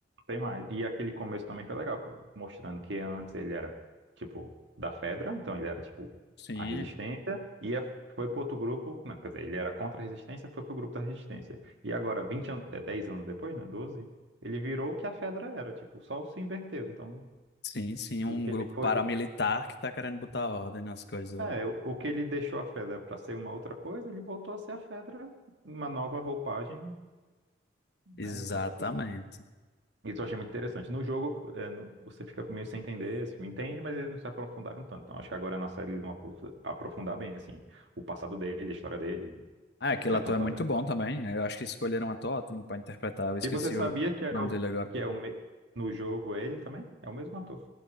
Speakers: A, on the right; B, on the left.
A: tem mais. E aquele começo também foi legal, pô, mostrando que antes ele era, tipo, da Fedra, então ele era, tipo,
B: Sim,
A: a resistência, e a- foi pro outro grupo, não, quer dizer, ele era contra a resistência, foi pro grupo da resistência. E agora, 20 anos, é, 10 anos depois, né, 12 ele virou o que a Fedra era, tipo, só se inverteu. Então,
B: Sim, sim, um
A: O que
B: grupo
A: ele foi,
B: paramilitar
A: o,
B: que tá querendo botar ordem nas coisas
A: é,
B: ali.
A: o, o que ele deixou a Fedra para ser uma outra coisa, ele voltou a ser a Fedra, uma nova roupagem,
B: Exatamente.
A: né? Então, tipo, assim, isso eu achei muito interessante. No jogo, é, no- você fica meio sem entender, assim, entende, mas eles não se aprofundaram tanto. Então, acho que agora na série eles vão apro- aprofundar bem, assim, o passado dele, a história dele,
B: Ah, aquele
A: o que já
B: ator
A: estão fazendo.
B: é muito bom também. Eu acho que escolheram um ator ótimo pra interpretar. Eu esqueci
A: E você sabia
B: o
A: que é
B: nome
A: o,
B: dele agora.
A: que é o, me- no jogo é ele também? É o mesmo ator,